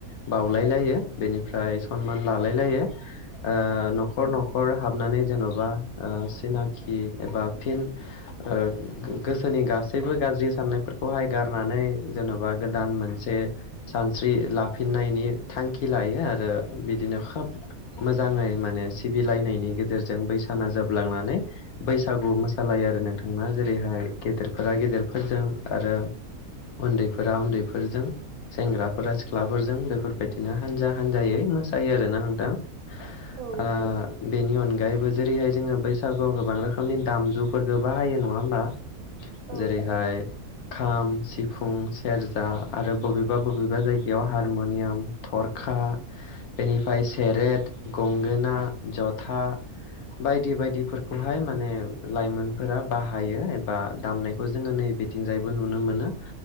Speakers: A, on the left; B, on the right.
A: बावलाय लायो बेनिफ्राय सनमान लालाय लायो। ओ
B: औ
A: न'खर न'खर हाबनानै जेन'बा ओ सिनाखि एबा फिन ओ गो गोसोनि गासैबो गाज्रि साननायफोरखौहाय गारनानै जेन'बा गोदान मोनस से सानस्रि लाफिननायनि थांखि लायो आरो बिदिनो खोब मोजाङै माने सिबिलायनायनि गेजेरजों बैसाना जोबलांनानै बैसागु मोस सालायो आरो नोंथांना जेरैहाय गेदेरफोरा गेदेरफोरजों आरो उन्दैफोरा उन्दैफोरजों सेंग्राफोरा सिख्लाफोरजों बेफोरबायदिनो हानजा हानजायै मोसायो आरोना नोंथां। ओ
B: औ
A: बेनि अनगायैबो जेरैहाय जोङो बैसागुआव गोबां रोखोमनि दामजु फोरखो बाहायो नङा होमबा?
B: औ
A: जेरैहाय खाम, सिफुं, सेरजा आरो बबेबा बबेबा जायगायाव हारम'नियाम थरखा बेनिफाय सेरेट, गंगोना, जथा बायदि बायदिफोरखौहाय माने लाइमोनफोरा बाहायो एबा दामनायखौ जोङो नै बिथिंजायबो नुनो मोनो।